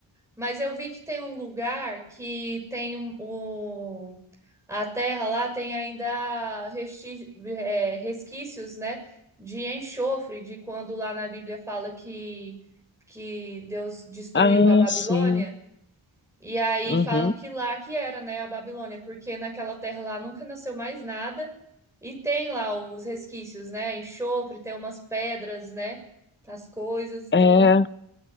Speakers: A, in the centre; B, on the left.
A: Mas eu vi que tem um lugar que tem um- o A terra lá tem ainda resti- eh, resquícios, né, de enxofre, de quando lá na Bíblia fala que, que Deus destruiu
B: Ah,
A: a Babilônia,
B: sim.
A: e aí
B: Uhum.
A: falam que lá que era, né, a Babilônia, porque naquela terra lá nunca nasceu mais nada, e tem lá os resquícios, né, enxofre, tem umas pedras, né, as coisas, então
B: É,